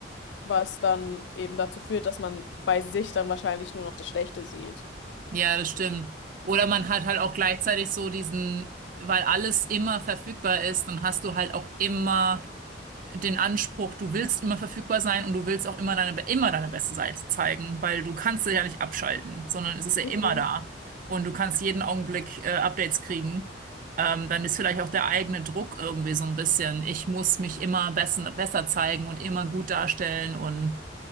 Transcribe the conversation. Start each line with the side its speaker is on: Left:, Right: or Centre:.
Left: was dann eben dazu führt, dass man bei sich dann wahrscheinlich nur noch das Schlechte sieht.
Right: Ja, das stimmt. Oder man hat halt auch gleichzeitig so diesen, weil alles immer verfügbar ist, dann hast du halt auch immer den Anspruch, du willst immer verfügbar sein und du willst auch immer deine, immer deine beste Seite zeigen, weil du kannst es ja nicht abschalten, sondern es ist ja
Left: Mhm.
Right: immer da. Und du kannst jeden Augenblick äh, Updates kriegen. Ähm, dann ist vielleicht auch der eigene Druck irgendwie so ein bisschen. Ich muss mich immer besser, besser zeigen und immer gut darstellen und,